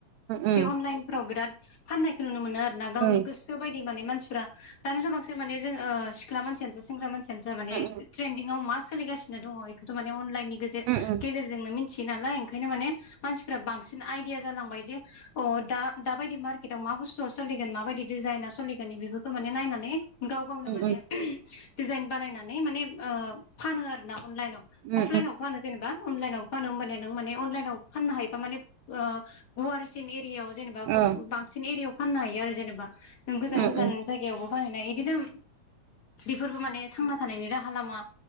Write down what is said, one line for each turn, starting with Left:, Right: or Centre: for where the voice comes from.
Right: उम
Left: बे अनलाइनफोराव बिराद फान्नायखौ नुनो मोनो मोनो‌ आरो ना गावनि
Right: ओं
Left: गोसो बायदि माने मानसिफोरा दानि जुगाव माने जोंङो सिख्ला मानसियानो जा बा सेंग्रा मानसि माने
Right: उम
Left: ट्रेन्डिंङाव मा सोलिगासिनो दङ बेखौथ माने अनलाइननि गेजेरजोंनोथि
Right: उम
Left: मिथियो नालायओंखायनो माने मानसिफोरारा बांसिन बांसिन‌ आइदिया जालांबायजे अ दा दा बायदि मारकेताव मा बुसतुवा‌ सोलिगोन माबाय डिजाइना सोलिगोन बेफोरखौ माने नायनानै गाव गावनो
Right: उम
Left: माने दिडजाइन बानायनानै मानेओ फानो आर ना अनलाइनाव
Right: उम
Left: अफलाइनाव फानो जेनेबा अनलाइनाव फानो होमबान नों माने अनलाइनाव फाननो हायोबा माने ओ गुवारसिन एरियायाव जेनेबा
Right: अ
Left: बांसिन एरियाायाव फाननो हायो आरो जेनेबा नों गोजान
Right: उम उम
Left: गोजान
Right: उम औ उम
Left: जायगायावबो बानायनाय बिदिनो बेफोरबो माने थांना थानायनि राहा लामा